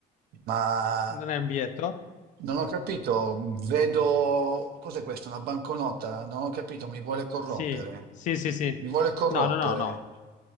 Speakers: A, on the right; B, on the left.
A: ma
B: Non è un biglietto?
A: non ho capito. Vedo, cos'è questo? Una banconota? Non ho capito, mi vuole corrompere.
B: Sì, sì, sì, sì.
A: Mi vuole corrompere.
B: No, no, no, no.